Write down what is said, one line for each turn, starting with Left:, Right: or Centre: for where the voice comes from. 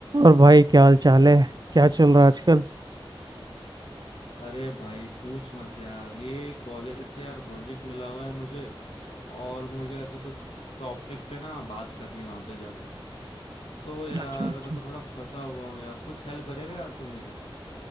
Right: और भाई क्या हाल चाल है क्या चल रहा है आजकल
Left: अरे भाई पूछ मत यार ये कॉलेज से यार प्रोजेक्ट मिला हुआ है मुझे और मुझे ऐसे कुछ टॉपिक पे ना बात करनी वहां पे जाके तो यार
Right: अच्छा अच्छा
Left: मैं तो थोड़ा फंसा हुआ हूँ यार कुछ हेल्प करेगा यार तू मेरी